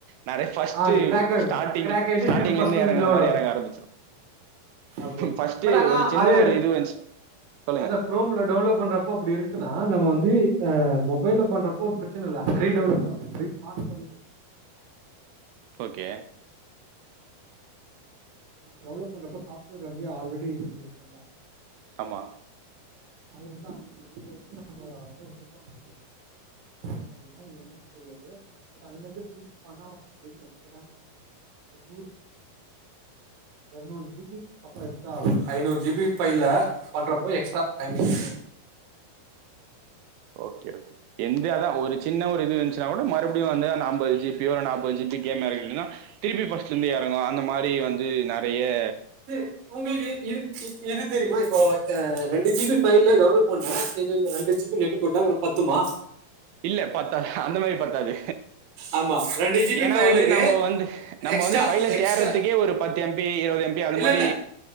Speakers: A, on the right (about 80°); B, on the right (about 65°).
A: நாரே ஃபஸ்ட்
B: ஆ அந்த கிராக் ஆயிடும்.
A: ஸ்டாடிங்
B: கிராக் ஆயிட்டு
A: ஸ்டாடிங்
B: திருப்பி ஃபர்ஸ்ட்ல
A: இருந்து எறங்கற
B: டவுன்லோட்
A: மாரி எறங்க ஆரெமெச்சு
B: ஓகே.
A: ஃபஸ்ட்
B: பட் ஆனா
A: ஒரு சின்ன
B: அது
A: ஒரு இது வந்துச்சு சொல்லுங்க
B: அத குரோம்ல டவுன்லோட் பண்றப்பே அப் இருக் எதுக்னா நம்ம வந்து அ மொபைல பண்றப்போ பிரச்சன இல்ல ரீ டவுன்லோட் ரீ பாஸ் பண்ணி
A: ஓகே
B: டான்லோடு பண்றப்ப சாஃப்ட்வேர் அங்கேயே ஆல்ரெடி இது இருக்குல
A: ஆமா
B: அது வந்து அங்க அங்க இருந்து நம்ம ஏதோ சொல்லுவாங்க அது என்னனு எனக்கு தெரியல அது பட் அங்க இருந்து திருப்பி பண்ணா தெரியும் பட் ஆனா நூறு எறநூறு ஜி பி அப்பே எக்ஸ்ட்ரா ஐநூறு ஜி பி பைல பண்றப்போ எக்ஸ்ட்ரா
A: ஆ
B: ஐநூறு
A: ஓகே ஓகே ஏந்து அதா ஒரு சின்ன ஒரு இருந்ச்சுனாகூட மறுபடியு வந்த அந்த அம்பது ஜி ப் பியோ நாப்பது ஜி பி கேம் எறக்கிடோனா திருப்பி ஃபஸ்ட்லருந்து எறங்கு அந்த மாரி வந்து நெறையே
B: சே இது உங்களுக்கு இது இது தெரியுமா இப்போ ரெண்டு ஜி பி ஃப்பைல்ல டவுன்லோட் பண்ண நீங்க ரெண்டு ஜி பி நெட் போட்டா அப்றோ பத்துமா
A: இல்ல பத்தாது அந்த மாரி பத்தாது
B: ஆமா ரெண்டு ஜிபி
A: ஏன்னா
B: ஃபைலுக்கு
A: வந்து நம்ம வந்து நம்ம
B: எக்ஸ்ட்ரா
A: வந்து ஃப்பைல
B: எக்ஸ்ட்ரா
A: தேடறதுக்கே ஒரு பத்து எம் பி இருவது எம் பி அந்த
B: இல்ல
A: மாரி
B: இல்ல